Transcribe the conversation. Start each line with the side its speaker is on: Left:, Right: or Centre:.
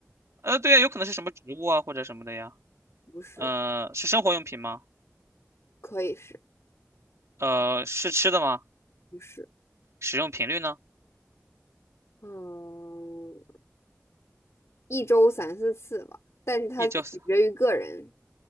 Right: 呃，对啊，有可能是什么植物啊或者什么的呀。
Left: <laughs> 不是，
Right: 呃，是生活用品吗？
Left: 可以是，
Right: 呃，是吃的吗？
Left: 不是，
Right: 使用频率呢？
Left: 嗯，一周三四次吧，但是它取决于个人，
Right: 一周三